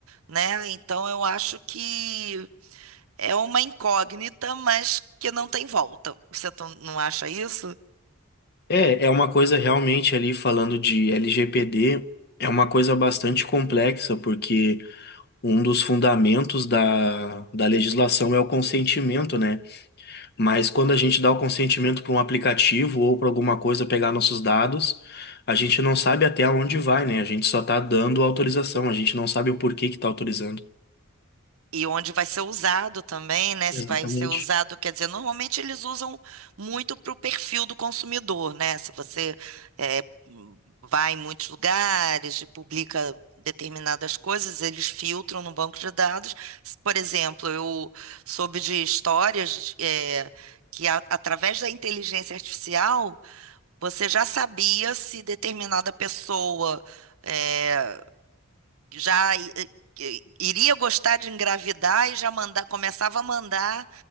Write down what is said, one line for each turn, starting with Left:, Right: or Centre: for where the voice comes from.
Right: né? Então eu acho que é uma incógnita, mas que não tem volta. Você tu- não acha isso?
Left: É, é uma coisa realmente ali falando de LGPD, é uma coisa bastante complexa, porque um dos fundamentos da, da legislação é o consentimento, né? Mas quando a gente dá o consentimento para um aplicativo ou para alguma coisa pegar nossos dados, a gente não sabe até onde vai, né? A gente só está dando autorização, a gente não sabe o porquê que está autorizando.
Right: E onde vai ser usado também, né?
Left: Exatamente.
Right: Se vai ser usado, quer dizer, normalmente eles usam muito para o perfil do consumidor, né? Se você eh, vai em muitos lugares e publica determinadas coisas, eles filtram no banco de dados. S- Por exemplo, eu soube de histórias de- eh, que a- através da inteligência artificial você já sabia se determinada pessoa eh, já i- i- iria gostar de engravidar e já mandar, começava a mandar